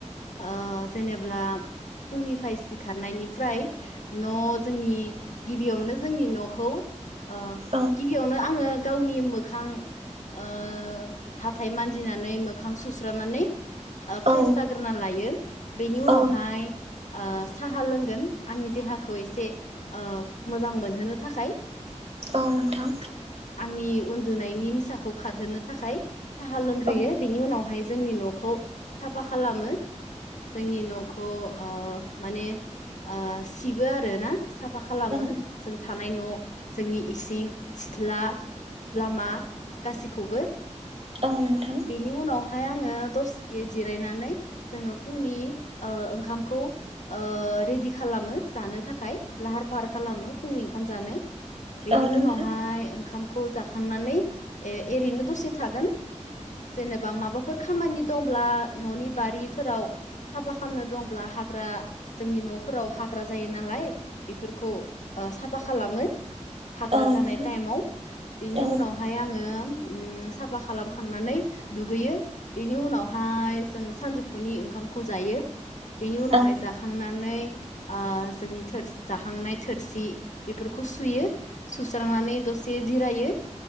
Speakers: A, on the left; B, on the right.
A: ओ जेनेब्ला फुंनिफाय सिखारनायनिफ्राय न' जोंनि गिबियावनो जोंनि न'खौ अ
B: औ
A: गिबियावनो आङो गावनि मोखां ओ हाथाय मानजिनानै मोखां सुस्रानानै ओ फ्रेस
B: औ
A: जाग्रोना लायो बेनि उनावहाय
B: औ
A: ओ साहा लोंगोन आंनि देहाखौ एसे ओ मोजां मोनहोनो थाखाय।
B: औ नोंथां।
A: आंनि उन्दुनायनि निसाखौ खारहोनो थाखाय साहा लोंग्रोयो
B: औ
A: बेनि उनावहाय जोंनि न'खौ साफा खालामो। जोंनि न'खौ ओ माने ओ सिबो आरो ना। साफा खालामो
B: औ
A: जों थानाय न' जोंनि इस सिं, सिथ्ला, लामा गासिखौबो
B: औ नोंथां औ नोंथां
A: बिनि उनाव हाय आङो दसे जिरायनानै जोङो फुंनि ओ ओंखामखौ ओ रेडि खालामो जानो थाखाय लाहार फाहार खालामो फुंनि ओंखाम जानो। बेनि
B: औ
A: उनावहाय ओंखामखौ जाखांनानै ए एरैनो दसे थागोन जेनेबा माबाफोर खामानि दंब्ला न'नि बारिफोराव साफा खामनो दंब्ला हा हाग्रा जोंनि न'फोराव हाग्रा जायो नालाय बेफोरखौ ओ साफा खालामो। हाग्रा
B: नोंथां
A: जानाय टाइमाव बिनि
B: औ
A: उनावहाय आङो उम साफा खालामखांनानै दुगैयो बेनि उनावहाय जों सानजौफुनि ओंखा मखौ जायो। बेनि उनावहाय
B: औ
A: जाखांनानै ओ जोंनि थोर जाहांनाय थोरसि बेफोरखौ सुयो। सुस्रांनानै दसे जिरायो।